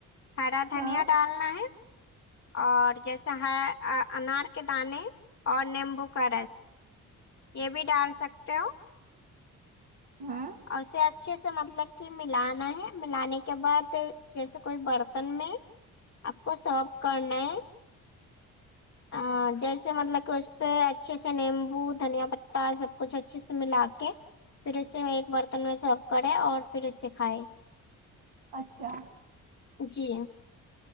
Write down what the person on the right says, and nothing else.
ہاں
ہاں
اچھا